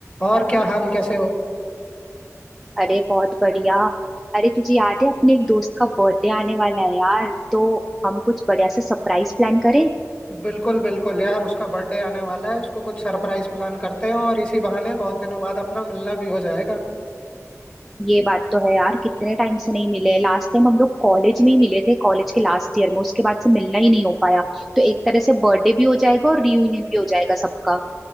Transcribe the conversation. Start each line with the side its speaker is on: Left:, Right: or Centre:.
Left: और क्या हाल कैसे हो
Centre: अरे बहुत बढ़िया अरे तुझे याद है अपने एक दोस्त का बर्थडे आने वाला है यार तो हम कुछ बढ़िया से सरप्राइज प्लान करें
Left: बिल्कुल बिल्कुल यार उसका बर्थडे आने वाला है उसको कुछ सरप्राइज प्लान करते हैं और इसी बहाने बहुत दिनों बाद अपना मिलना भी हो जाएगा
Centre: ये बात तो है यार कितने टाइम से नहीं मिले लास्ट टाइम हम लोग कॉलेज में ही मिले थे कॉलेज के लास्ट ईयर में उसके बाद से मिलना ही नहीं हो पाया तो एक तरह से बर्थडे भी हो जाएगा और रियूनियन भी हो जाएगा सबका